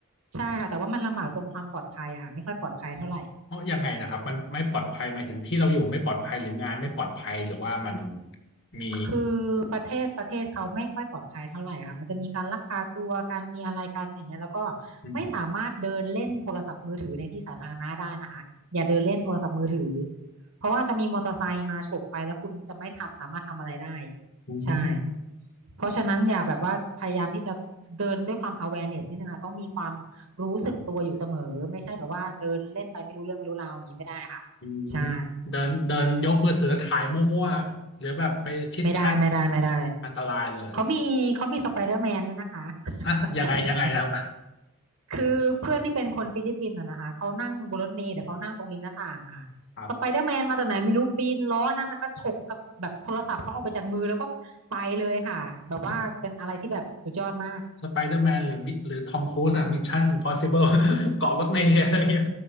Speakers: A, on the right; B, on the left.
A: ใช่ค่ะแต่ว่ามันลำบากตรงความปลอดภัยอะค่ะไม่ค่อยปลอดภัยเท่าไหร่
B: เพราะยังไงนะครับมันไม่ปลอดภัยหมายถึงที่เราอยู่ไม่ปลอดภัยหรืองานไม่ปลอดภัยหรือว่ามันมี
A: คือประเทศประเทศเขาไม่ค่อยปลอดภัยเท่าไหร่ค่ะมันจะมีการลักพาตัวการมีอะไรกันอย่างเงี้ยแล้วก็
B: อืม
A: ไม่สามารถเดินเล่นโทรศัพท์มือถือในที่สาธารณะได้นะคะอย่าเดินเล่นโทรศัพท์มือถือเพราะว่าจะมีมอเตอร์ไซค์มาฉกไปแล้วคุณจะไม่ทำสามารถทำอะไรได้
B: อืม
A: ใช่เพราะฉะนั้นอย่าแบบว่าพยายามที่จะเดินด้วยความ awareness นิดนึงค่ะต้องมีความรู้สึกตัวอยู่เสมอไม่ใช่แบบว่าเดินเล่นไปไม่รู้เรื่องไม่รู้ราวอย่างนี้ไม่ได้ค่ะ
B: อืม
A: ใช่
B: เดินเดินยกมือถือถ่ายมั่วๆหรือแบบไปชิดแชท
A: ไม่ได้ไม่ได้ไม่ได้
B: อันตรายเลย
A: เขามีเขามีสไปเดอร์แมนด้วยนะคะ <laughs>
B: อะยังไงยังไงครับ
A: คือเพื่อนที่เป็นคนฟิลิปปินส์อะนะคะเขานั่งบนรถเมล์แต่เขานั่งตรงริมหน้าต่างอะค่ะสไปเดอร์แมนมาจากไหนไม่รู้ปีนล้อนั่นแล้วก็ฉกกับแบบโทรศัพท์เขาออกไปจากมือแล้วก็ไปเลยค่ะแบบว่าเป็นอะไรที่แบบสุดยอดมาก
B: ครับ <laughs>
A: <laughs>
B: สไปเดอร์แมนหรือมิหรือทอมครูซอะมิชชั่นอิมพอสิ <laughs> เบิลเกาะรถเมล์อะไรอย่างเงี้ย